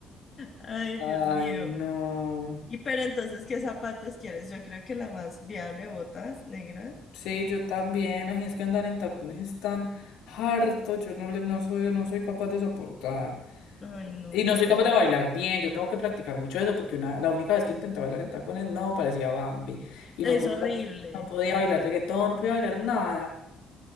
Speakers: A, on the left; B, on the left.
A: Ay,
B: Ay,
A: Dios mío.
B: no.
A: Y pero entonces, ¿qué zapatos quieres? Yo creo que la más viable, botas negras.
B: Sí, yo también. Ay, es que andar en tapones es tan harto. Yo no les, no soy, no soy capaz de soportar.
A: Ay, no,
B: Y
A: yo
B: no soy
A: tampoco.
B: capaz de bailar bien. Yo tengo que practicar mucho eso porque una, la única vez que intenté bailar en tacones no parecía Bambi. Y
A: Es
B: no podía,
A: horrible.
B: no podía bailar reggaetón, no podía bailar nada.